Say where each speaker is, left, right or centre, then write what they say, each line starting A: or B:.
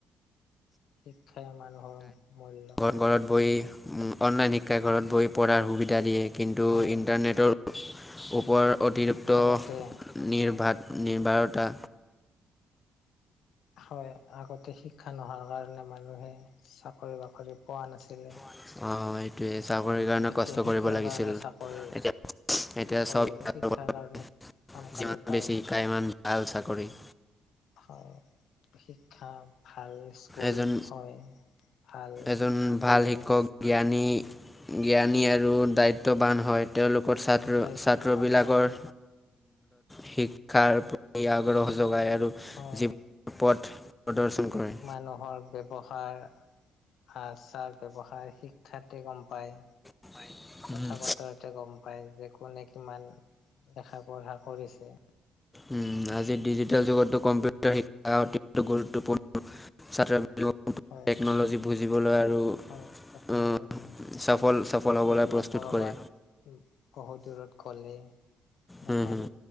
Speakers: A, on the left; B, on the left.
A: শিক্ষাই মানুহৰ মূল্য
B: ঘৰ ঘৰত বহি উম' অনলাইন শিক্ষাই ঘৰত বহি পঢ়াৰ সুবিধা দিয়ে কিন্তু
A: হয়
B: ইন্টাৰনেটৰ ওপৰ অতিৰিক্ত
A: আগতে
B: নিৰ্ভাদ নিৰ্বাৰতা
A: হয় আগতে শিক্ষা নোহোৱাৰ কাৰণে মানুহে চাকৰি বাকৰি পোৱা নাছিলে।
B: অ', সেইটোৱে চাকৰিৰ কাৰণে
A: এতিয়া
B: কষ্ট
A: শিক্ষাৰ
B: কৰিব লাগিছিল
A: কাৰণে চাকৰি
B: এতিয়া। এতিয়া
A: চাকৰি
B: চব <unintelligible>
A: শিক্ষাৰ কাৰণে সোনকালে
B: যিমান
A: পায়
B: বেছি শিকায় সিমান ভাল চাকৰি।
A: হয়। শিক্ষা ভাল স্কুল
B: এজন
A: হয় ভাল
B: এজন
A: কলেজ
B: ভাল শিক্ষক জ্ঞানী জ্ঞানী আৰু দায়িত্ববান হয়। তেওঁলোকৰ ছাত্ৰ
A: দায়িত্ববান
B: ছাত্ৰবিলাকৰ
A: হয়
B: শিক্ষাৰ প্ৰতি আগ্ৰহ যোগাই আৰু আৰু
A: হয়
B: জীৱ পথ প্ৰদৰ্শন কৰে।
A: নহয় ব্যৱহাৰ আৰ চাৰ ব্যৱহাৰ শিকা কথাকি গম পায়
B: উম।
A: কথা বতৰাত তে গম পাই কোনে কিমান দেখা পঢ়া কৰিছে।
B: উ' আজি ডিজিটেল যুগতো কম্পিউটাৰ শিক্ষা অতি গুৰুত্বপূৰ্ণ। <unintelligible>
A: হয়
B: টেকনলজি বুজিবলৈ আৰু।
A: হয় <unintelligible>
B: অ' সফল সফল। হ'বলৈ
A: ধৰি লওক
B: প্ৰস্তুত
A: ক'ৰবাত
B: কৰে।
A: বহুত দূৰত গ'লে
B: হম,
A: এখন
B: হম।